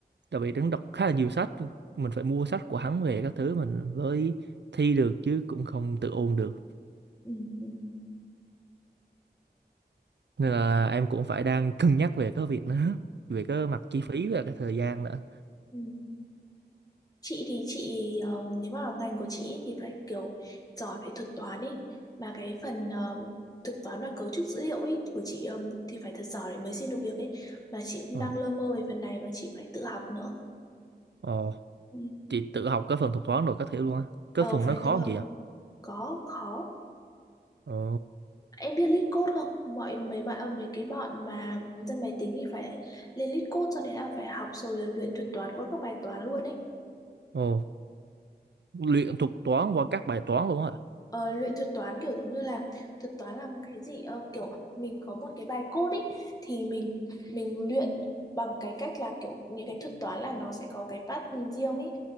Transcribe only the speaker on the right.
tại vì hắn đọc khá là nhiều sách mình phải mua sách của hắn về các thứ mình mới thi được chứ cũng không tự ôn được
nên là em cũng phải đang cân nhắc về cái việc đó về cái mặt chi phí và cái thời gian nữa
Ờ.
Ờ,
chị tự học cái phần thuật toán rồi các thứ luôn á cái
phần
nó khó
không chị ạ
ồ
ồ luyện thuật toán qua các bài toán luôn á